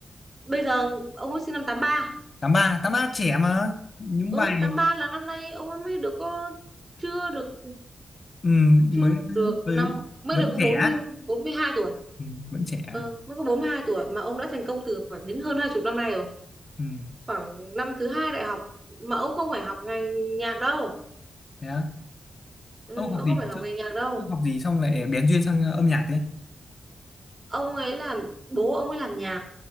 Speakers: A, on the right; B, on the left.
A: bây giờ ông ấy sinh năm tám ba
B: tám ba tám ba trẻ mà những
A: ừ
B: bài
A: tám ba là năm nay ông ấy mới được có chưa được
B: ừ,
A: chưa
B: mới
A: được
B: mới
A: năm mới
B: vẫn
A: được có
B: trẻ
A: bốn bốn mươi bốn mươi hai tuổi
B: ừ, vẫn trẻ
A: ừ, mới có 42 tuổi mà ông đã thành công từ khoảng đến hơn hai chục năm nay rồi
B: ừ.
A: khoảng năm thứ hai đại học mà ông không phải học ngành nhạc đâu
B: Thế á.
A: ừ,
B: Ông học
A: ông
B: gì
A: không phải học
B: trước
A: ngành nhạc đâu
B: Trước học gì xong lại bén duyên sang ờ, âm nhạc thế
A: ông ấy làm bố ông ấy làm nhạc